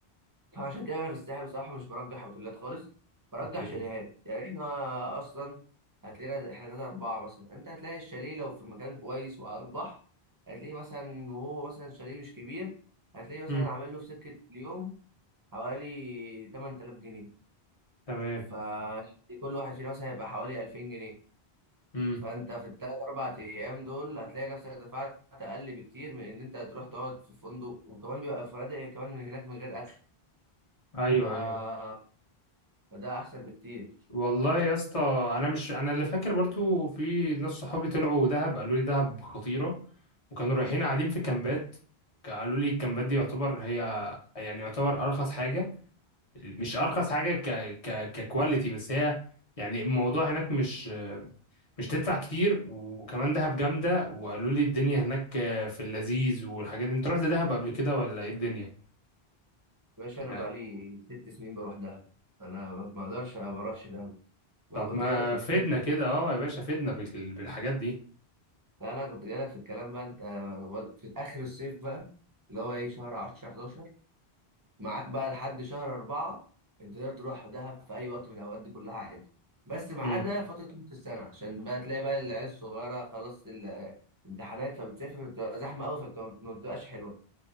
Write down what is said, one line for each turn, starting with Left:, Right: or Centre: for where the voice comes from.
Right: فعشان كده انا في الساحل بصراحه مش برجح اوتيلات خالص برجح
Left: اوكي
Right: شاليهات يعني احنا اصلا هتلاقينا احنا تلاته اربعه مثلا انت هتلاقي الشاليه لو في مكان كويس وعلى البحر هتلاقيه مثلا وهو مثلا شاليه مش كبير هتلاقيه مثلا
Left: امم
Right: عامل له في سكه اليوم حوالي 8000 جنيه
Left: تمام
Right: فكل واحد فينا مثلا هيبقى حوالي 2000 جنيه
Left: امم
Right: فانت في الثلاث اربع ايام دول هتلاقي نفسك دفعت اقل بكتير من ان انت تروح تقعد في فندق وكمان بيبقى فنادق كمان من هناك من غير اكل
Left: ايوه
Right: ف
Left: ايوه
Right: فده احسن بكتير
Left: والله يا اسطى انا مش انا اللي فاكر برضو في ناس صحابي طلعوا دهب قالوا لي دهب خطيرة وكانوا رايحين قاعدين في كامبات قالوا لي الكامبات دي يعتبر هي يعني يعتبر ارخص حاجة مش ارخص حاجة ك ك ككواليتي بس هي يعني الموضوع هناك مش مش تدفع كتير وكمان دهب جامدة وقالوا لي الدنيا هناك آه، في اللذيذ والحاجات دي انت رحت دهب قبل كده ولا ايه الدنيا
Right: يا باشا
Left: يعني
Right: انا بقالي ست سنين بروح دهب انا ما ما اقدرش ما اروحش دهب ما
Left: طب
Right: انا كنت
Left: ما
Right: جايلك في الكلام
Left: فدنا كده اه يا باشا فدنا بال- بالحاجات دي
Right: لا انا كنت جايلك في الكلام بقى انت أنا بقول- في اخر الصيف بقى اللي هو ايه شهر 10 11 معاك بقى لحد شهر 4 انت تقدر تروح دهب في اي وقت من الاوقات دي كلها عادي بس ما
Left: مم.
Right: عدا فتره نص السنه عشان بقى تلاقي بقى العيال الصغيره خلاص ال- الامتحانات فبتسافر بتبقى زحمه قوي فما بتبقاش حلوه